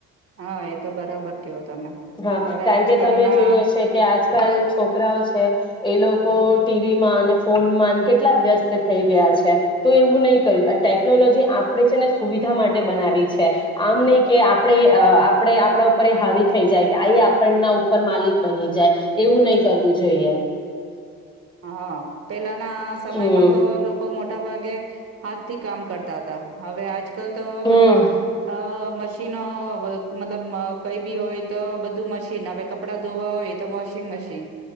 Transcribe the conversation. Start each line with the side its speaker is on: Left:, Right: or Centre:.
Right: હા એ તો બરાબર કયો તમે
Left: હા
Right: હવે
Left: તયા
Right: આજકાલના
Left: કે તમે જોયું હશે કે આજ આજકાલ છોકરાઓ છે એ લોકો ટીવી માં અને ફોનમાં કેટલા વ્યસ્ત થઈ ગયા છે તો એવું નહીં કર્યું ટેકનોલોજી આપણે છે ને સુવિધા માટે બનાવી છે આમ નહ કે આપણે આપણે આપણા ઉપર હાવી થઈ જાય કે આ આપણના ઉપર માલિક બની જાય, એવું નહી કરવું જોઈએ.
Right: હા. પેલાના સમયમાં
Left: હમ
Right: તો લોકો મોટ ભાગે, હાથ થી કામ કરતા હતા હવે આજકાલ તો
Left: હમ
Right: બધું, અ મશીન મતલબ કઈ બી હોય તો બધું મશીન હવે કપડાં ધોવા હોય તો વોશિંગ મશીન.